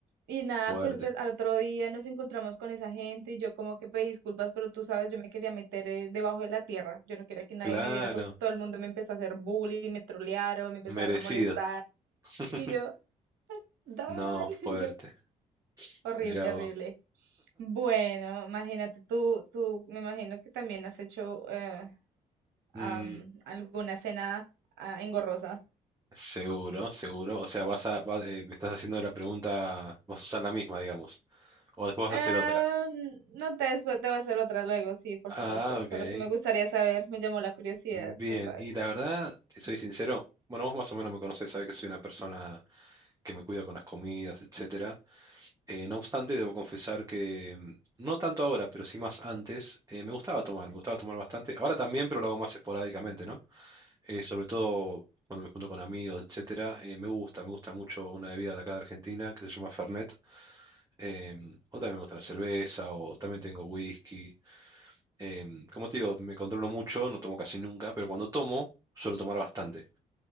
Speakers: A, on the right; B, on the right.
A: Y nada,
B: fuerte.
A: pues del- al otro día nos encontramos con esa gente y yo como que pedí disculpas, pero tú sabes, yo me quería meter eh, debajo de la tierra, yo no quería que nadie
B: Claro,
A: me viera porque todo el mundo me empezó a hacer bullying, me trolearon, me empezaron
B: merecido.
A: a molestar,
B: <laughs>
A: y yo, Don,
B: No,
A: <laughs>
B: fuerte.
A: yo, Horrible,
B: Mirá
A: horrible.
B: vos.
A: Bueno, imagínate tú, tú, me imagino que también has hecho eh, am,
B: Mm,
A: alguna cena ah, engorrosa.
B: seguro, seguro. O sea, vas a, va- eh, me estás haciendo la pregunta, vas a usar la misma, digamos. O después vas
A: Ah,
B: a hacer otra.
A: no te, después te voy a hacer otra luego, sí, por
B: Ah,
A: supuesto.
B: ok.
A: Solo que me gustaría saber, me llamó la curiosidad,
B: Bien.
A: ya sabes.
B: Y
A: <laughs>
B: la verdad, te soy sincero. Bueno, vos más o menos me conocés, sabés que soy una persona que me cuida con las comidas, etcétera. Eh, no obstante, debo confesar que mm, no tanto ahora, pero sí más antes, eh, me gustaba tomar, me gustaba tomar bastante. Ahora también, pero lo hago más esporádicamente, ¿no? eh, sobre todo cuando me junto con amigos, etcétera, eh, me gusta, me gusta mucho una bebida de acá de Argentina que se llama Fernet, em, o también me gusta la cerveza, o también tengo whisky. Em, como te digo, me controlo mucho, no tomo casi nunca, pero cuando tomo, suelo tomar bastante.